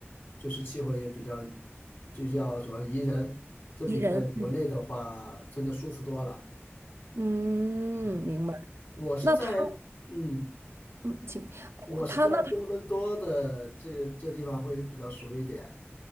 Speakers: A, on the left; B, on the right.
A: 就是气候也比较，就叫什么宜人，这比在国内的话真的舒服多了
B: 宜人，嗯嗯，
A: 啊。
B: 明白。
A: 我是在嗯，
B: 那他，嗯，请我他那他
A: 我是在多伦多的这个这地方会比较熟一点，